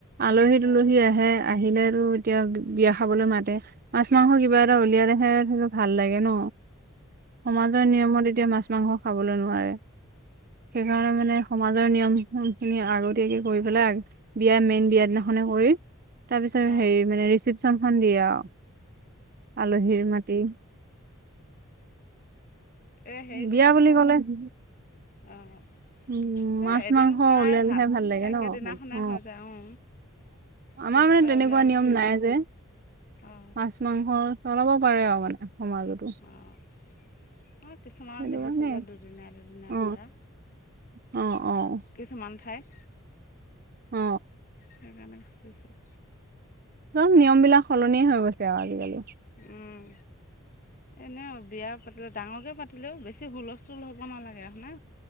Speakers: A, on the right; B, on the left.
A: আলহী-দোলহী
B: অঁ
A: আহে, আহিলেতো এতিয়া বি বিয়া খাবলৈ মাত মাছ-মাংস কিবা এটা উলিয়াই ৰাখে ভাল লাগে ন, সমা নিয়মত এতিয়া মাছ-মাংস খাবলৈ নোৱাৰে, সেইকাৰণে মানে সমাজৰ নিয়ম খিনি আগতীয়াকে কৰি পেলাই, বিয়া মেইন বিয়া দিনাখনে কৰি তাৰ পিছত
B: অঁ অঁ
A: হেৰি মানে ৰিচিপচনখন দিয়ে আৰু। আলহীৰ মাটি
B: এ সেইদিনাখনো
A: বিয়া বুলি ক'লে
B: অঁ।
A: উম
B: সেই
A: মাছ
B: এদিন
A: মাংস
B: কৰাই
A: ওলালেহে
B: ভাল,
A: লাগে
B: একেদিনাখনে
A: ন অ
B: হৈ যায় উ।
A: আমাৰ
B: কিবা
A: মানে
B: এটা
A: তেনেকুৱা
B: উলিয়ালে
A: নিয়ম
B: ভি
A: নাই যে
B: অ।
A: মাছ মাংস চলাব পাৰে আৰু মানে সমাজত।
B: অঁ, মই কিছুমানক
A: সেইটো
B: দেখিছোঁ
A: কাৰণে
B: যে দুদিনীয়া-দুদিনীয়া
A: অ
B: কৰা।
A: অ, অ।
B: কিছুমান ঠাইত
A: অ।
B: সেইকাৰণে খুজিছোঁ।
A: চব নিয়ম বিলাক সলনিয়ে হৈ গৈছে আৰু আজিকালি।
B: উম, এনেও বিয়া পাতিলে ডাঙৰকে পাতিলেও বেছি হুলস্থুল হ'ব নালাগে হয়নে?